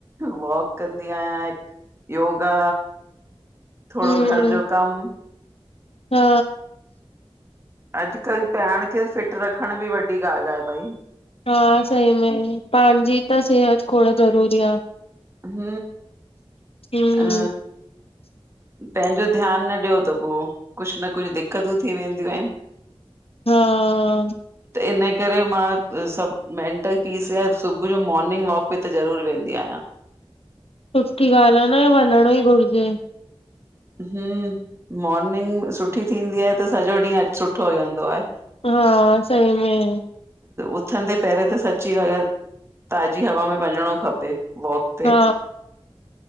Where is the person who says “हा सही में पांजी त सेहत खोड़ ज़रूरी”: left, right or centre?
Left